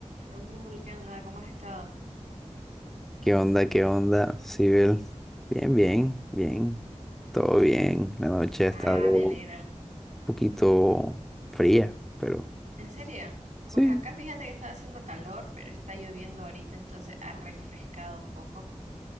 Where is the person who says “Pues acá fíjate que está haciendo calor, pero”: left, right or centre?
Right